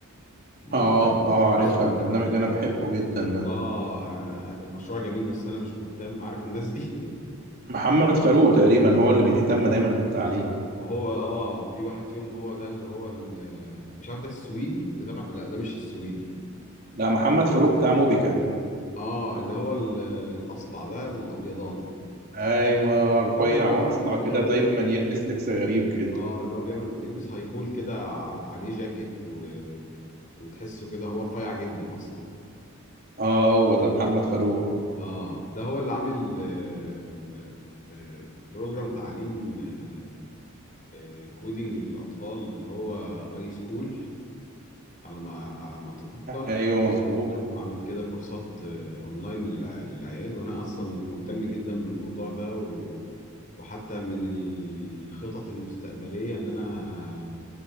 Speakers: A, on the left; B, on the right.
A: ل-
B: اه اه عارفها البرنامج
A: ويقول لك
B: اللي انا
A: <laughs>
B: بحبه جدا ده
A: اه آه، المشروع جميل بس انا مش مهتم عارف الناس دي
B: محمد فاروق تقريبا هو اللي بيهتم دايما بالتعليم
A: هو اه في واحد فيهم هو ده اللي هو ال- مش عارف ده السويدي ده تبع لا ده مش السويدي
B: لا محمد فاروق بتاع موبيكا
A: اه اللي هو ال- الاصلع ده الابيضاني
B: ايوه رفيع
A: هو اللي
B: واصلع
A: عامل
B: كده
A: هو
B: دايما يلبس لبس غريب كده
A: اه اللي هو بيعمل بيلبس هايكول كده على- عليه جاكيت و... وتحسه كده هو رفيع جدا اصلا
B: اه هو ده محمد فاروق
A: اه ده هو اللي عامل آه، آه، بروجرام تعليم آه، آه، كودينج للاطفال اللي هو اي سكول على ما على ما اتذكر
B: ايوه مظبوط
A: عامل كده كورسات آه، اونلاين للع- للعيال وانا اصلا مهتم جدا بالموضوع ده و... وحتى من الخطط المستقبلية ان انا